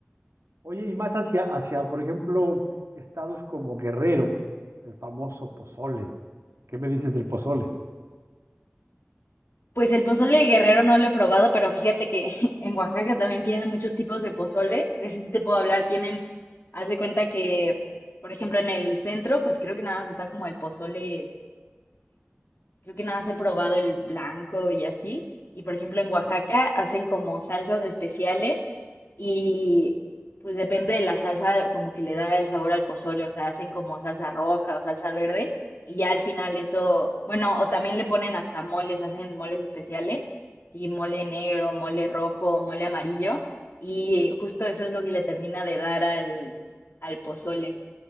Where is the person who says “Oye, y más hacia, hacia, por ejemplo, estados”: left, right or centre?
Right